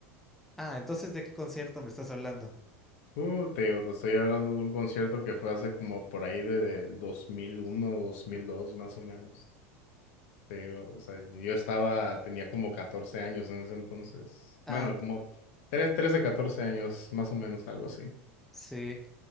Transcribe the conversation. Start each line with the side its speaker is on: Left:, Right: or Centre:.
Centre: Ah, entonces ¿de qué concierto me estás hablando?
Left: Uh, te digo, te estoy hablando de un concierto que fue hace como por ahí de, del dos mil uno dos mil dos más o menos. Te digo, o sea, yo estaba, tenía como catorce años en ese entonces.
Centre: Ah,
Left: Bueno,
Centre: t-
Left: como 3 13, 14 años, más o menos, algo así.
Centre: sí.